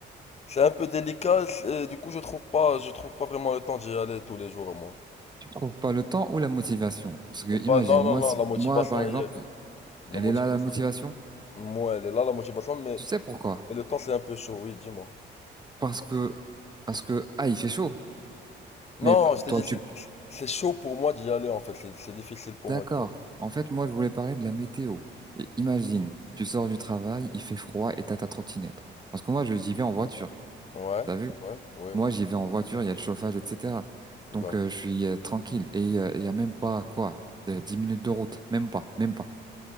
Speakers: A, on the left; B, on the right.
A: C'est un peu délicat, et du coup, je trouve pas, je trouve pas vraiment le temps d'y aller tous les jours, moi.
B: Tu trouves pas le temps ou la motivation? Parce que imagine,
A: Pas, non,
B: moi,
A: non, non,
B: si-
A: la motivation
B: moi par exemple,
A: elle y est là.
B: elle
A: La motivation,
B: est là la motivation.
A: elle est- là. moi, elle est là, la motivation, mais,
B: Tu sais pourquoi?
A: mais le temps, c'est un peu chaud, oui, dis-moi.
B: Parce que parce que ah, il fait chaud.
A: Non,
B: Mais pa-
A: je t'ai
B: toi,
A: dit, c'est
B: tu...
A: c'est chaud pour moi d'y aller, en fait, c'est c'est difficile pour
B: D'accord.
A: moi d'y aller.
B: En fait, moi, je voulais parler de la météo. Et imagine, tu sors du travail, il fait froid et t'as ta trottinette. Parce que moi, je j'y vais en voiture.
A: Ouais,
B: T'as vu?
A: ouais, ouais,
B: Moi,
A: ouais.
B: j'y vais en voiture, il y a le chauffage, etc.
A: D'accord.
B: Donc, euh, je suis euh, tranquille. Et euh, il y a même pas, quoi, euh, 10 minutes de route. Même pas, même pas.